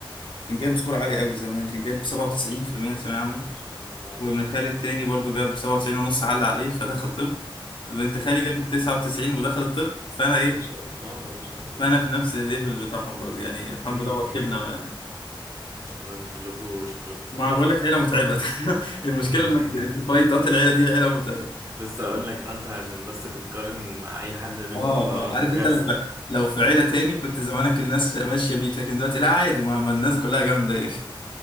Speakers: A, on the left (about 60°); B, on the right (about 35°).
A: كان جايب سكور عالي قوي زمان كان جايب 97% في المية في ثانوية عامة
B: ما شاء الله
A: وابن
B: ما شاء
A: خالي
B: الله
A: التاني برضو جاب 97 ونص علق عليه فدخل طب بنت خالي جابت 99 ودخل الطب فانا ايه
B: ما شاء الله ما شاء الله
A: فانا
B: ما
A: في
B: شاء
A: نفس
B: الله
A: الليفل بتاعهم برضو يعني الحمد
B: امم
A: لله وكبنا
B: امم
A: يعني
B: ما شاء الله انتوا كلكم شكلكم شطار
A: ما أنا بقول لك عيلة متعبة <laughs> المشكلة
B: <laughs>
A: انك انت فايتات العيلة دي عيلة متعبة
B: لسه اقول لك آه، انت عشان بس تتقارن مع اي حد منهم
A: اه
B: اه
A: اه عارف
B: ده كارثه
A: انت لو في لو في عيلة تاني كنت زمانك الناس ماشية بيك لكن دلوقتي لا عادي ما, ما الناس كلها جامدة <laughs> ايه